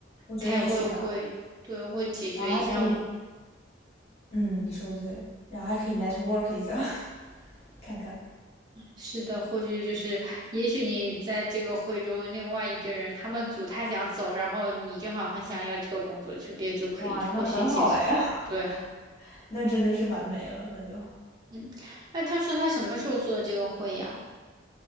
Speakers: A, on the left (about 35°); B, on the right (about 20°).
A: 我觉得也许吧。
B: 开会会对会解决一下我们
A: 然后还可以，嗯，你说对，然后还可以 network 一下，<laughs> 看看。
B: 是的，或许就是也许你在这个会中，另外一个人他们组他想走，然后你正好很想要这个工作，顺便就可以或许解决。
A: 哇，那很好哎，<laughs>
B: 对，
A: 那真的是完美了，那就。
B: 嗯，那他说他什么时候做这个会呀？